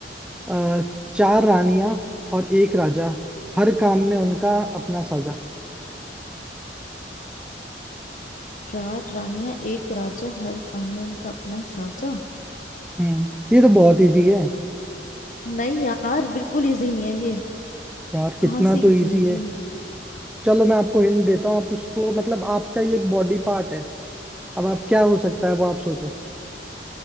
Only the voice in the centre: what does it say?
अ, चार रानियां और एक राजा हर काम में उनका अपना साझा
हम्म ये तो बहुत इजी है
यार कितना
तो इजी
है चलो मैं आपको हिंट देता हूँ आप उसको मतलब आपका ये एक बॉडी पार्ट है अब आप क्या हो सकता है वो आप सोचो